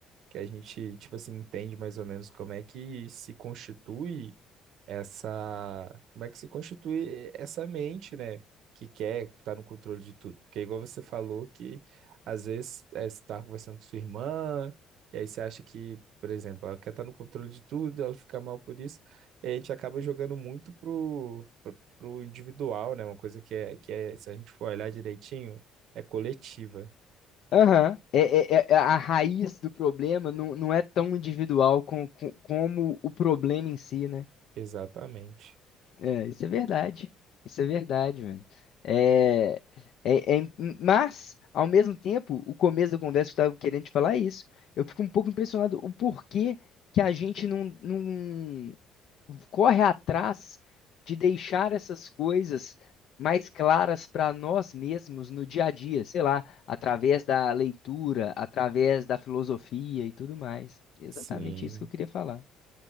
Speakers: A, on the right (about 60°); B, on the left (about 55°).
A: que a gente, tipo assim, entende mais ou menos como é que se constitui essa, como é que se constitui essa mente, né, que quer estar no controle de tudo. Porque igual você falou que às vezes é, você está conversando com sua irmã, e aí você acha que, por exemplo, ela quer estar no controle de tudo, ela fica mal por isso, e a gente acaba jogando muito pro, pro, pro individual, né, uma coisa que é, que é, se a gente for olhar direitinho, é coletiva.
B: aham. É, é- é- a raiz do problema não, não é tão individual com- com- como o problema em si, né?
A: Exatamente.
B: É, isso é verdade. Isso é verdade, velho. É, é, é mas, ao mesmo tempo, o começo da conversa que eu estava querendo te falar é isso. Eu fico um pouco impressionado o porquê que a gente não, não corre atrás de deixar essas coisas mais claras para nós mesmos no dia a dia, sei lá, através da leitura, através da filosofia e tudo mais. Exatamente
A: Sim.
B: isso que eu queria falar.